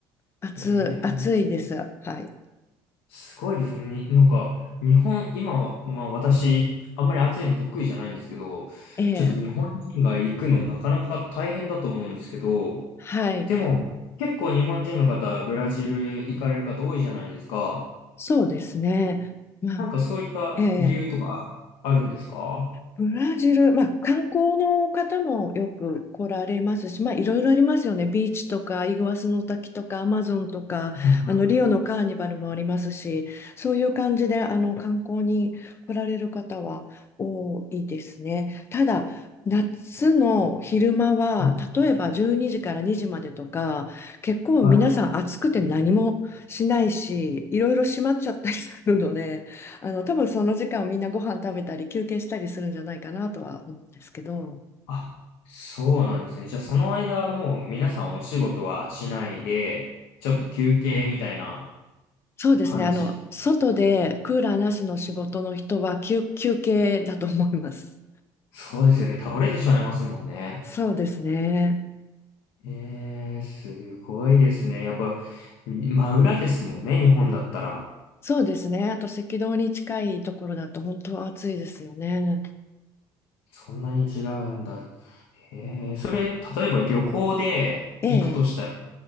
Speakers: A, on the left; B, on the left.
A: 暑い、
B: い。
A: 暑いです。
B: ええ
A: はい。
B: すごいですね。になんか、日本、今は、まあ私、あんまり暑いの得意じゃないんですけど、
A: ええ、
B: ちょっと日本人が行くのなかなか大変だと思うんですけど、
A: はい。
B: でも、結構日本人の方、ブラジル行かれる方多いじゃないですか。
A: そうですね。まあ、
B: なんかそういった理由とかああるんですかは
A: ええブラジル、まあ、観光の方もよく来られますし、まあ、いろいろありますよね。ビーチとか、イグアスの滝とか、アマゾンとか、
B: いはい
A: あのリオのカーニバルもありますし、そういう感じであの観光に来られる方は多いですね。ただ、夏の昼間は、
B: は
A: 例えば12時から2時までとか、結構皆さん暑くて何もしないし、
B: いはい。
A: いろいろ閉まっちゃったりするので、あの、多分その時間をみんなご飯食べたり休憩したりするんじゃないかなとは思うんですけど、
B: あ、そうなんですね。じゃあその間はもう皆さんお仕事はしないで、ちょっと休憩みたいな
A: そうですね、
B: 感じ。
A: あの、外でクーラーなしの仕事の人は休、休憩だと思います。
B: そうですよね。倒れてしまいますもんね。
A: そうですね。
B: えー、すごいですね。やっぱ、真裏ですもんね、日本だったら。
A: そうですね。あと赤道に近いところだと本当は暑いですよね。
B: そんなに違うんだ。えー、それ、例えば旅行で行くとしたら、
A: ええ